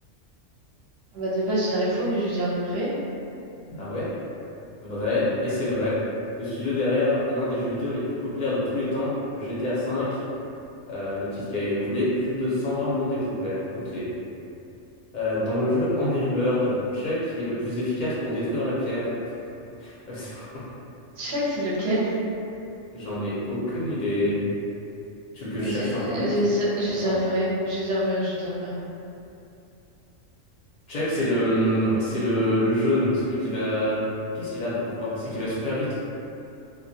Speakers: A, on the right; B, on the left.
A: Ah bah, de base, je dirais faux, mais je vais dire vrai.
B: Ah ouais? Vrai,
A: Hmm.
B: et c'est vrai. Le studio derrière l'un des jeux vidéo les plus populaires de tous les temps, GTA V, Euh, le titre qui a écoulé plus de 120 millions d'exemplaires. Ok. Euh, dans le jeu Angry Bird, Chuck est le plus efficace pour détruire la pierre. <laughs>
A: Je sais que c'est lequel.
B: J'en ai aucune idée. Tu veux que
A: Je
B: je cherche
A: je-
B: sur Internet?
A: je- je
B: Attends.
A: dirais vrai. Je dirais vrai, je dirais vrai.
B: Chuck, c'est le, hum, c'est le, le jaune, hein, celui qui va... Qu'est-ce qu'il a comme pouvoir? C'est qu'il va super vite.